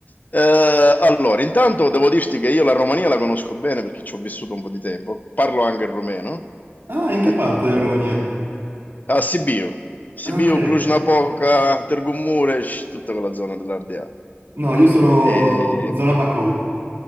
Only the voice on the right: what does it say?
Ah,
in che parte della Romania?
Ah, Ok.
No, io sono
zona Bacău.